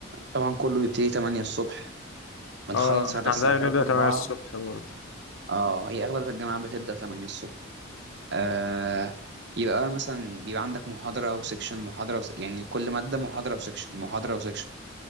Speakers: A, on the right; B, on the left.
A: طبعا كله بيبتدي 8 الصبح بنخلص
B: اه
A: على
B: احنا
A: الساعة
B: عندنا
A: 3
B: بنبدأ 8
A: 4
B: الصبح برضه
A: اه هي أغلب الجامعات بتبدأ 8 الصبح آه يبقى بقى مثلا بيبقى عندك محاضرة وسكشن محاضرة وس... يعني كل مادة محاضرة وسكشن محاضرة وسكشن